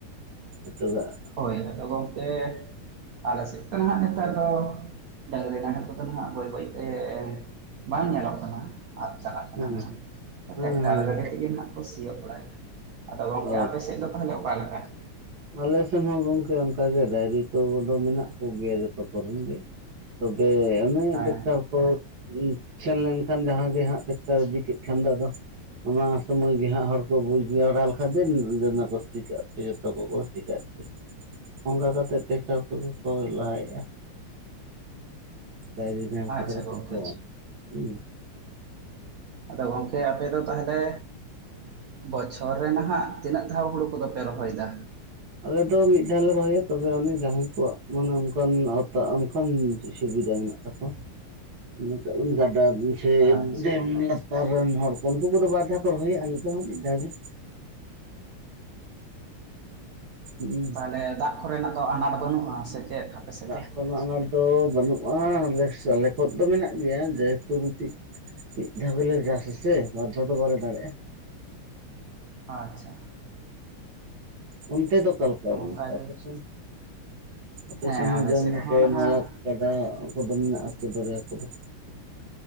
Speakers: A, on the right; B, on the right.
A: ᱮᱴᱟᱜᱟᱜ?
B: ᱦᱳᱭ, ᱟᱫᱚ ᱜᱚᱝᱠᱮ ᱟᱞᱮ ᱥᱮᱫ ᱫᱚ ᱱᱟᱦᱟᱜ ᱱᱮᱛᱟᱨ ᱫᱚ ᱰᱟᱹᱝᱜᱨᱤ ᱱᱟᱦᱮᱞ ᱠᱚᱫᱚ ᱱᱟᱦᱟᱜ ᱵᱟᱹᱭ ᱵᱟᱹᱭ ᱛᱮ ᱵᱟᱝ ᱧᱮᱞᱚᱜ ᱠᱟᱱᱟ᱾ ᱟᱫ ᱪᱟᱞᱟᱜ ᱠᱟᱱᱟ
A: ᱦᱮᱸ
B: ᱱᱟᱜ,
A: ᱦᱮᱸ
B: ᱛᱚ
A: ᱦᱮᱸ
B: ᱴᱮᱠᱴᱟᱨ ᱜᱟᱹᱰᱤ ᱛᱮᱜᱮ ᱱᱟᱜ ᱠᱚ ᱥᱤᱭᱩᱜ ᱵᱟᱲᱟᱭᱮᱫᱟ᱾ ᱟᱫᱚ ᱜᱚᱝᱠᱮ
A: ᱦᱳᱭ
B: ᱟᱯᱮ ᱥᱮᱡ ᱫᱚ ᱛᱟᱦᱞᱮ ᱚᱠᱟᱞ ᱞᱮᱠᱟ?
A: ᱟᱞᱮ ᱥᱮᱱ ᱦᱚᱸ ᱜᱚᱝᱠᱮ ᱚᱱᱠᱟᱜᱮ ᱰᱟᱭᱨᱤ ᱠᱚᱫᱚ ᱢᱮᱱᱟᱜ ᱠᱚᱜᱮᱭᱟ ᱡᱚᱛᱚ ᱠᱚᱨᱮᱱ ᱜᱮ᱾ ᱛᱚᱵᱮ ᱟᱱᱟ
B: ᱦᱮᱸ
A: ᱴᱮᱠᱴᱟᱨ ᱠᱚ ᱥᱮᱱ ᱞᱮᱱᱠᱷᱟᱱ ᱡᱟᱦᱟᱸ ᱜᱮ ᱦᱟᱸᱜ ᱴᱮᱠᱴᱟᱨ ᱤᱫᱤ ᱠᱮᱫ ᱠᱷᱟᱱ ᱫᱚ ᱟᱫᱚ ᱚᱱᱟ ᱥᱚᱢᱚᱭ ᱜᱮ ᱦᱟᱸᱜ ᱦᱚᱲ ᱠᱚ ᱵᱩᱡᱽ ᱡᱟᱣᱨᱟ ᱞᱮᱠᱷᱟᱡ ᱫᱚ <unintelligible> ᱞᱟᱹᱭᱟᱠᱚᱟ ᱪᱤᱠᱟᱹᱜ ᱯᱷᱤᱨ? ᱟᱵᱚ ᱥᱤ ᱠᱟᱜ ᱜᱮ, ᱚᱝᱠᱟ ᱠᱟᱛᱮᱫ ᱴᱮᱠᱴᱟᱨ ᱠᱚᱜᱮ ᱠᱚ ᱞᱟᱦᱟᱭᱮᱜ-ᱟ᱾ <unintelligible>
B: ᱟᱪᱪᱷᱟ
A: ᱠᱟᱹᱴᱤᱡ
B: ᱜᱚᱝᱠᱮ
A: ᱠᱚ ᱦᱩᱸ᱾
B: ᱟᱫᱚ ᱜᱚᱝᱠᱮ ᱟᱯᱮ ᱫᱚ ᱛᱟᱦᱞᱮ ᱵᱚᱪᱷᱚᱨ ᱨᱮ ᱱᱟᱦᱟᱜ ᱛᱤᱱᱟᱹᱜ ᱫᱷᱟᱣ ᱦᱩᱲᱩ ᱠᱚᱫᱚ ᱯᱮ ᱨᱚᱦᱚᱭ ᱫᱟ?
A: ᱟᱞᱮ ᱫᱚ ᱢᱤᱫ ᱫᱷᱟᱣ ᱞᱮ ᱨᱚᱦᱚᱭᱟ ᱛᱚᱵᱮ ᱚᱱᱮ ᱡᱟᱦᱟᱸᱭ ᱠᱚᱣᱟᱜ ᱢᱟᱱᱮ ᱚᱱᱠᱟᱱ ᱟᱣᱛᱟ ᱚᱱᱠᱟᱱ ᱥᱩᱵᱤᱫᱟ ᱢᱮᱱᱟᱜ᱾ ᱛᱟᱠᱚ <unintelligible> ᱠᱟᱜ ᱤᱧ ᱜᱟᱰᱟ ᱜᱤ᱾ ᱥᱮ
B: ᱟᱪᱪᱷᱟ
A: ᱰᱮᱢ ᱞᱟᱛᱟᱨ ᱨᱮᱱ ᱦᱚᱲ ᱠᱚ ᱩᱱᱠᱩ ᱠᱚᱫᱚ ᱵᱟᱨ ᱫᱷᱟᱣ ᱠᱚ ᱨᱚᱦᱚᱭᱟ ᱟᱞᱮ ᱫᱚ ᱦᱟᱸᱜ ᱢᱤᱫ ᱫᱷᱟᱣ ᱜᱮ᱾ ᱦᱩᱸ᱾
B: ᱵᱚᱞᱮ ᱫᱟᱜ ᱠᱚᱨᱮᱱᱟᱜ ᱫᱚ ᱟᱱᱟᱴ ᱵᱟᱹᱱᱩᱜ-ᱟ ᱥᱮ ᱪᱮᱫ? ᱥᱮᱫ
A: ᱫᱟᱜ
B: ᱫᱚ
A: ᱠᱚᱨᱮᱱᱟᱜ ᱟᱱᱟᱴ ᱫᱚ ᱵᱟᱹᱱᱩᱜ-ᱟ, <unintelligible> ᱥᱮᱞ ᱠᱚ ᱫᱚ ᱢᱮᱱᱟᱜ ᱜᱮᱭᱟ ᱡᱮᱦᱮᱛᱩ ᱢᱤᱫᱴᱤᱡ ᱢᱤᱫ ᱫᱷᱟᱣ ᱜᱮᱞᱮ ᱪᱟᱥᱟᱥᱮ ᱵᱟᱨ ᱫᱷᱟᱣ ᱫᱚ ᱵᱟᱞᱮ ᱫᱟᱲᱮᱭᱟᱜ-ᱟ᱾
B: ᱦᱟᱸ ᱦᱟᱸ᱾
A: ᱚᱱᱛᱮ ᱫᱚ ᱚᱠᱟ ᱞᱮᱠᱟ ᱜᱚᱝᱠᱮ
B: ᱚᱱᱠᱟ
A: ᱟᱯᱮ
B: ᱜᱮ
A: ᱥᱮᱱ? ᱟᱯᱮ
B: ᱦᱮᱸ
A: ᱥᱮᱱ ᱫᱚ
B: ᱟᱞᱮ
A: ᱫᱚᱢᱮ
B: ᱥᱮᱫ ᱦᱚᱸ
A: ᱠᱚ
B: ᱱᱟᱦᱟᱜ
A: ᱱᱟᱞᱟ ᱜᱟᱰᱟ ᱠᱚᱫᱚ ᱢᱮᱱᱟᱜ ᱟᱥᱮ ᱫᱚᱨᱭᱟ ᱠᱚᱫᱚ?